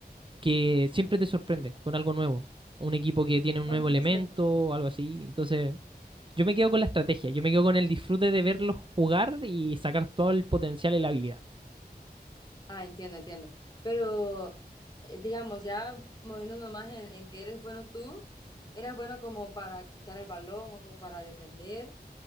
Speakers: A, on the right; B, on the left.
A: que siempre te sorprende con algo nuevo. Un equipo que tiene un
B: Bueno,
A: nuevo
B: eso
A: elemento,
B: es cierto.
A: algo así. Entonces, yo me quedo con la estrategia, yo me quedo con el disfrute de verlos jugar y sacar todo el potencial y la habilidad.
B: Ah, entiendo, entiendo. Pero, eh, digamos, ya moviéndonos más en, en que eres bueno tú, ¿eras bueno como para quitar el balón o como para defender